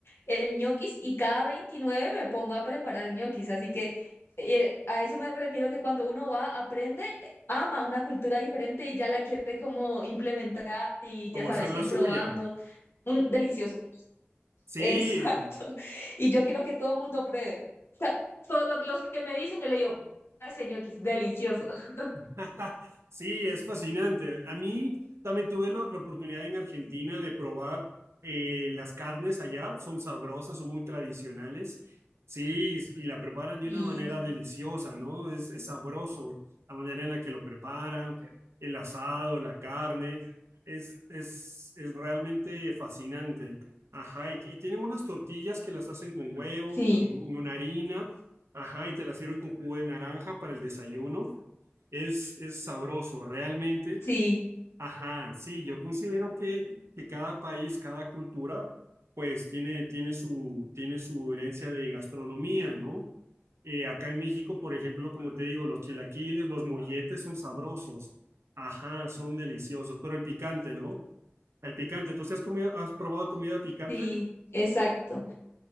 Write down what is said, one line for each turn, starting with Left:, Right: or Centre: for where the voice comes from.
Left: el ñoquis y cada 29 me pongo a preparar ñoquis. Así que eh, a eso me refiero que cuando uno va, aprende, ama una cultura diferente y ya la quiere como implementar y
Right: como
Left: ya sabes,
Right: hacer la
Left: ir
Right: suya.
Left: probando. Un, delicioso.
Right: Sí,
Left: Exacto. <laughs> Y yo quiero que todo el mundo pruebe. O sea, todos lo- los que me dicen, yo le digo, "Ah, ese ñoquis, delicioso. <laughs>
Right: <laughs> Sí, es fascinante. A mí también tuve lo- la oportunidad en Argentina de probar eh, las carnes allá. Son sabrosas, son muy tradicionales. Sí, y la preparan de
Left: Sí,
Right: una manera deliciosa, ¿no? Es, es sabroso la manera en la que lo preparan, el asado, la carne. Es, es, es realmente fascinante. Ajá, y, y tienen unas tortillas que las hacen con huevo,
Left: sí,
Right: con una harina. Ajá, y te las sirven con jugo de naranja para el desayuno. Es, es sabroso, realmente.
Left: sí,
Right: Ajá, sí, yo considero que, que cada país, cada cultura, pues tiene, tiene su, tiene su herencia de gastronomía, ¿no? Eh, acá en México, por ejemplo, como te digo, los chilaquiles, los molletes son sabrosos. Ajá, son deliciosos, pero el picante, ¿no? El picante, ¿tú sí has comido, has probado comida picante?
Left: sí, exacto.